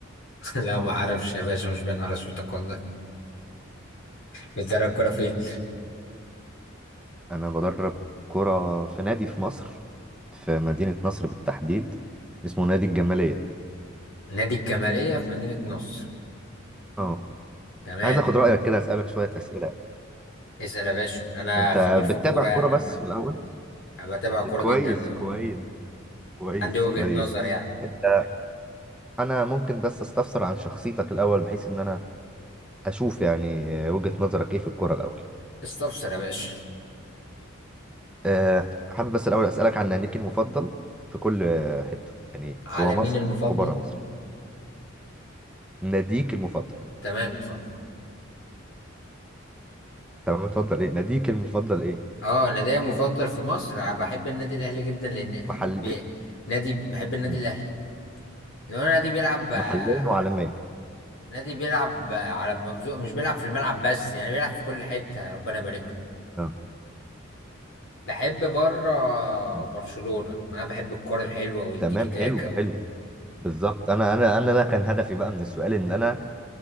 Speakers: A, on the left; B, in the centre.
A: <laughs> لا ما اعرفش يا باشا مش باين على صوتك والله بتدرب كوره فين
B: انا بدرب كوره في نادي في مصر في مدينه نصر بالتحديد اسمه نادي الجماليه
A: نادي الجماليه في مدينه نصر
B: اه
A: تمام
B: عايز اخد رايك كده اسالك شويه اسئله
A: اسال يا باشا انا
B: انت
A: خبير في
B: بتتابع
A: الكوره
B: كوره
A: يعني
B: بس
A: عامه
B: في الاول
A: انا بتابع كوره
B: كويس
A: جدا
B: كويس
A: وعندي
B: كويس
A: وجهه
B: كويس
A: نظر يعني
B: انت انا ممكن بس استفسر عن شخصيتك الاول بحيث ان انا اشوف يعني وجهه نظرك ايه في الكوره الاول
A: استفسر يا باشا
B: آه، حابب بس الأول أسألك عن ناديك المفضل في كل آه، حتة يعني
A: على
B: جوه
A: مين
B: مصر
A: المفضل
B: وبره مصر ناديك المفضل
A: تمام اتفضل
B: تمام متفضل إيه ناديك المفضل إيه
A: اه نادي مفضل في مصر أنا بحب النادي الاهلي جدا لان
B: محلي
A: بي... نادي بحب النادي
B: مم.
A: الاهلي لو النادي بيلعب آه،
B: محليا وعالميا
A: نادي بيلعب على المنظور مش بيلعب في الملعب بس يعني بيلعب في كل حتة ربنا يبارك له
B: آه.
A: بحب بره
B: مم.
A: برشلونة انا بحب الكرة الحلوة والتيكي
B: تمام
A: تاكا
B: حلو
A: وال-
B: حلو بالظبط أنا أنا أنا ده كان هدفي بقى من السؤال إن أنا